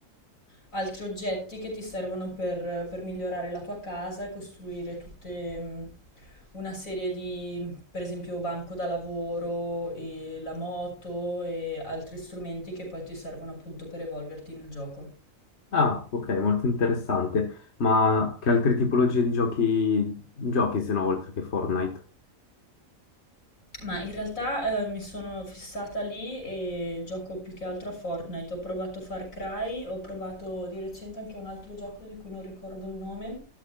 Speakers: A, on the left; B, on the left.
A: altri oggetti che ti servono per, per migliorare la tua casa e costruire tutte mm, una serie di, per esempio, banco da lavoro, e la moto e altri strumenti che poi ti servono appunto per evolverti nel gioco.
B: Ah, ok, molto interessante. Ma che altre tipologie di giochi giochi se no, oltre che Fortnite?
A: Ma in realtà eh, mi sono fissata lì e gioco più che altro a Fortnite. Ho provato Far Cry, ho provato di recente anche un altro gioco di cui non ricordo il nome.